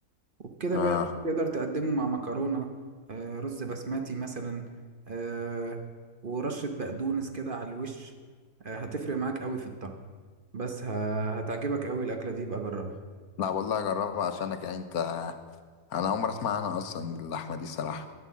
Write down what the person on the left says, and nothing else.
آه
لا والله أجربها عشانك يعني أنت انا اول مره اسمع عنها اصلا اللحمه دي الصراحه